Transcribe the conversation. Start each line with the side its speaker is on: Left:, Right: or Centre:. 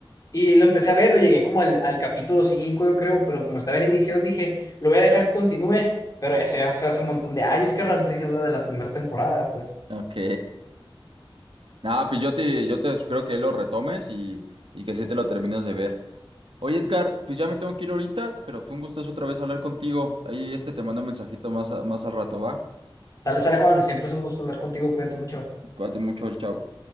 Left: y lo empecé a ver, lo llegué como al, al capítulo 5 yo creo, pero como estaba en emisión, dije, lo voy a dejar que continúe, pero eso ya fue hace un montón de años, que estoy diciendo de la primera temporada, pues.
Right: Ok. Nada, pues yo te, yo te sugiero que lo retomes y, y que sí te lo termines de ver. Oye, Edgar, pues ya me tengo que ir ahorita, pero fue un gustazo otra vez hablar contigo. Ahí este te mando un mensajito más, a- más al rato, ¿va?
Left: Tal vez, Alejandro, siempre es un gusto hablar contigo, cuídate mucho.
Right: Cuídate mucho, chao.